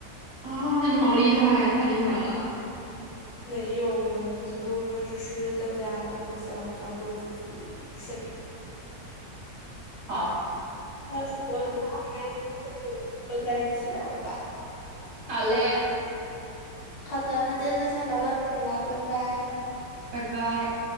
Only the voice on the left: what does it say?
没有了。我觉得我们只是大家互相发挥自己擅长。
那生活聊得好开心，下次我们再一起聊吧。
好的，那今天就先聊到这里啦，拜拜。